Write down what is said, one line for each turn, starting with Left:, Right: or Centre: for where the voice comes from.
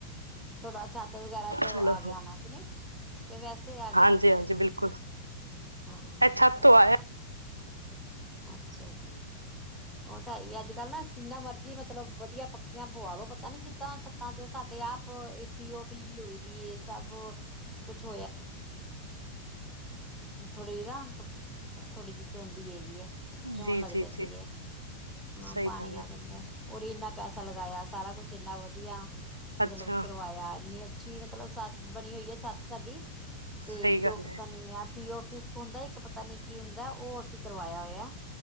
Centre: ਥੋੜਾ ਛੱਤ ਵਗੈਰਾ ਤੋਂ
Right: ਚਲੋ
Centre: ਆ ਗਿਆ ਹੋਣਾ ਕਿ ਨਹੀਂ ਵੈਸੇ ਆ ਗਿਆ
Right: ਹਾਂਜੀ-ਹਾਂਜੀ, ਬਿਲਕੁਲ।
Centre: ਹਾਂ
Right: ਇਹ ਛੱਤ
Centre: <unintelligible>
Right: ਤੋਂ ਆਇਆ
Centre: ਅੱਛਾ ਜੀ। ਉਹ ਤਾਂ ਹੈ ਹੀ ਅੱਜ ਕੱਲ ਨਾ ਜਿੰਨਾ ਮਰਜੀ ਮਤਲਬ ਵਧੀਆ ਪੱਕੀਆਂ ਪੁਆਲੋ ਪਤਾ ਨੀ ਕਿੱਦਾਂ ਤਾਂ ਚ ਸਾਡੇ ਏ ਆਪ ਪੀ-ਓ-ਪੀ ਵੀ ਹੋਈ ਦੀ ਸਭ ਕੁਛ ਹੋਇਆ। ਥੋੜੀ ਨਾ, ਥੋੜੀ ਜਿਹੀ ਚੋਦੀ ਹੈਗੀ ਏ। ਚੋਣ
Right: ਜੀ
Centre: ਲੱਗ
Right: ਜੀ
Centre: ਜਾਂਦੀ
Right: ਜੀ
Centre: ਐ, ਹਾਂ
Right: ਸਹੀ
Centre: ਪਾਣੀ
Right: ਗੱਲ ਹੈ
Centre: ਆ ਜਾਂਦਾ। ਉਰ ਇੰਨਾ ਪੈਸਾ ਲਗਾਇਆ ਸਾਰਾ ਕੁਛ ਇੰਨਾ ਵਧੀਆ ਮਤਲਬ
Right: ਅੱਛਾ
Centre: ਕਰਵਾਇਆ ਇਨੀ ਅੱਛ ਛੀ ਮਤਲਬ ਸੱਤ ਬਣੀ ਹੋਈ ਹੈ ਛੱਤ ਸਾਡੀ ਤੇ
Right: ਸਹੀ ਗੱਲ
Centre: ਜੋ ਪਤਾ
Right: ਹੈ
Centre: ਨੀ ਆ ਪੀ-ਓ-ਪੀ ਇੱਕ ਹੁੰਦਾ ਇੱਕ ਪਤਾ ਨੀ ਕੀ ਹੁੰਦਾ ਉਹ ਅਸੀਂ ਕਰਵਾਇਆ ਹੋਇਆ,